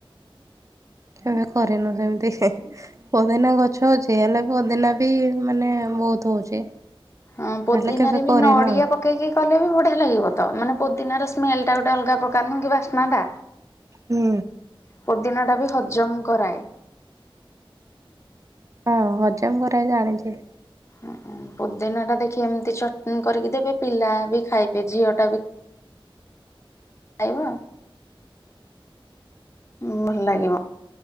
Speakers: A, on the right; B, on the left.
A: କେବେ କରିନୁ ସେମିତି ପୋଦିନା ଗଛ ଅଛି। ସେ ହେଲେ ପୋଦିନା ବି ମାନେ ବହୁତ ହଉଛି।
B: ହଁ ପୋଦିିନାରେ
A: ହେଲେ କେବେ କରିନୁ
B: ବି ନଡିଆ ପ ପକେଇକି କଲେ ବି ବଢିଆ ଲାଗିବ ତ ମାନେ ପୋଦିନାର ସ୍ମେଲଟା ଗୋଟେ ଅଲଗା ପ୍ରକାର ନୁହ କି ବାସ୍ନାଟା।
A: ହୁଁ।
B: ପୋଦିନାଟା ବି ହଜମ କରାଏ।
A: ହଁ ହଜମ କରାଏ ଜାଣିଛି।
B: ହାଁ ପୋଦିନାଟା ଦେଖି ଏମିତି ଚଟଣି କରିକି ଦେବେ ପିଲା ବି ଖାଇବେ ଝିଅଟା ବି ଖାଇବ ଭଲ ଲାଗିବ।